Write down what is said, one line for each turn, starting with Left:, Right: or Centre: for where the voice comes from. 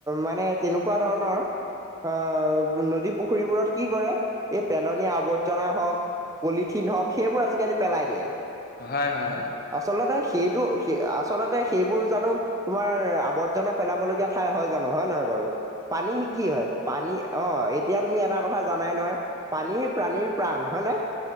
Right: মানে তেনেকোৱা ধৰণৰ আ' নদী পুখুৰীবোৰত কি কৰে এই পেলনীয়া আৱৰ্জনা হওঁক পলিথিন হওঁক সেইবোৰ আজিকালি পেলাই দিয়ে।
Left: হয়, হয় অ'
Right: আচলতে সেইটো সে আচলতে সেইবোৰ জানো তোমাৰ আৱৰ্জনা পেলাব লগীয়া ঠাই হয় জানো হয় নহয় বাৰু পানী কি হয়। পানী অ' এতিয়া তুমি এটা কথা জানাই নহয় পানী প্ৰাণীৰ প্ৰাণ হয় নে?